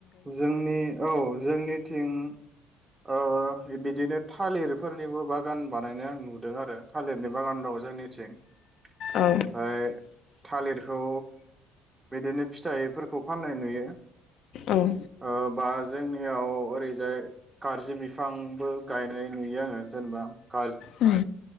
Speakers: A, on the right; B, on the left.
A: जोंनि औ जोंनिथिं ओ बिदिनो थालिरफोरनिबो बागान बानायनाय आं नुदों आरो थालिरनि बागान दं जोंनिथिं। ओमफाय
B: औ
A: थालिर खौ बिदिनो फिथाइफोरखौ फाननाय नुयो।
B: औ
A: ओ बास जोंनियाव ओरैजाय गारजि बिफांबो गायनाय नुयो आंङो जेनेबा खा
B: उम